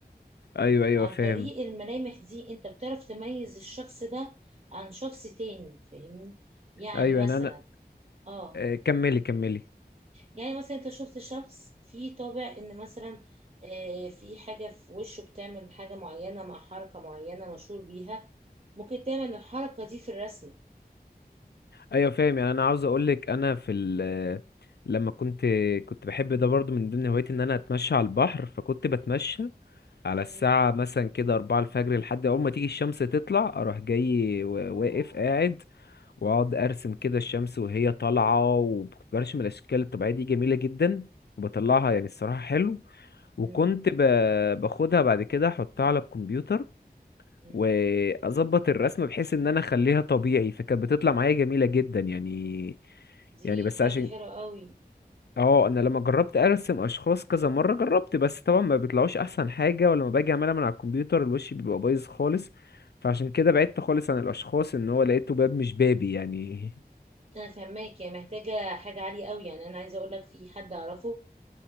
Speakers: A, on the left; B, on the right.
A: ايوه ايوه
B: عن
A: فاهم
B: طريق الملامح دي انت بتعرف تميز الشخص ده عن شخص تاني فاهمني يعني
A: ايوه
B: مثلا
A: يعني انا
B: اه
A: آه، كملي كملي
B: يعني مثلا انت شفت شخص فيه طابع ان مثلا آه في حاجة في وشه بتعمل حاجة معينة مع حركة معينة مشهور بيها ممكن تعمل الحركة دي في الرسمة
A: ايوه فاهم يعني انا عاوز اقولك انا في ال... لما كنت كنت بحب ده برضو من ضمن هوايتي ان انا اتمشى على البحر فكنت بتمشى على الساعة
B: مم.
A: مثلا كده أربعة الفجر لحد أول ما تيجي الشمس تطلع أروح جاي و-
B: الله.
A: واقف قاعد وأقعد أرسم كده الشمس وهي طالعة وكنت برسم الأشكال الطبيعية دي جميلة جدا وبطلعها يعني الصراحة حلو وكنت
B: مم.
A: ب- باخدها بعد كده أحطها على الكمبيوتر
B: مم.
A: وأظبط الرسمة بحيث إن أنا أخليها طبيعي فكانت بتطلع معايا جميلة جدا يعني
B: دي
A: يعني بس
B: حاجة
A: عشان
B: حلوة قوي
A: اه انا لما جربت ارسم اشخاص كذا مره جربت بس طبعا ما بيطلعوش احسن حاجه ولما باجي اعملها من على الكمبيوتر الوش بيبقى بايظ خالص فعشان كده بعدت خالص عن الاشخاص ان هو لقيته باب مش بابي يعني
B: انا فهماك يعني محتاجة حاجة عالية قوي يعني انا عايزة اقول لك في حد اعرفه